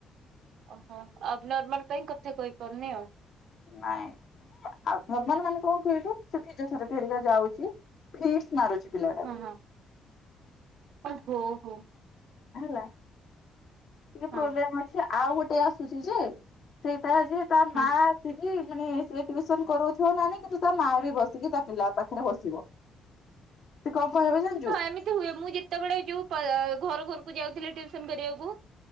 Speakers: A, on the right; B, on the left.
A: ଓହୋ ଆବ୍ ନର୍ମାଲ ପାଇଁ କଥା କହିପାରୁନି ଆଉ।
B: ନାଇଁ। ଆର୍ଥରମାନେ ମାନେ କଣ କହିଲୁ ସେ ଫିଜିଓଥେରାପି ହେରିକା ଯାଉଛି ଫିଡସ୍ ମାରୁଛି ପିଲାକୁ।
A: ହଁ ଓ ହୋଉ ହୋଉ।
B: ହେଲା ଟିକେ ପ୍ରୋବ୍ଲେମ୍
A: ହଁ
B: ଅଛି ଆଉ ଗୋଟେ ଆସୁଛି ଯେ। ସେଇଟା ଯେ ତା
A: ହୁଁ
B: ମାସିକି ମାନେ ସେ ଟ୍ୟୁସନ କରଉଥିବ ମାନେ କିନ୍ତୁ ତା ମାଆ ବି ବସିକି ତା ପିଲା ପାଖରେ ବସିବ। ସେ କଣ କହିବ ଜଣିଛୁ?
A: ସେମିତି ହୁଏ ମୁଁ ଯେତେବେଳେ ଯୋଉ ଘର ଘରକୁ ଯାଉଥିଲ ଟ୍ୟୁସନ କରିବାକୁ।